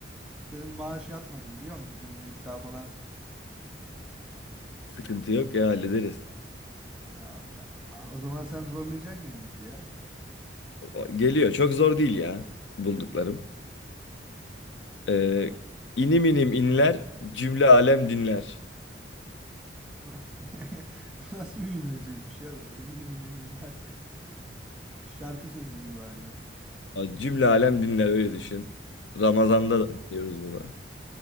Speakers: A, in the centre; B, on the left.
A: Senin maaş yatmadı biliyor musun şimdi iddia falan
B: Sıkıntı yok ya hallederiz.
A: Allah. Aa, O zaman sen zorlayacaksın gibi bizi ya.
B: O- Geliyor. Çok zor değil ya bulduklarım. Ee, inim inim inler cümle alem dinler.
A: <laughs> Nasıl bir bilmeceymiş ya böyle inim inim inler. Şarkı sözü gibi aynı.
B: Aa, Cümle alem dinler öyle düşün. Ramazan'da
A: Ya
B: da dinliyoruz bunu.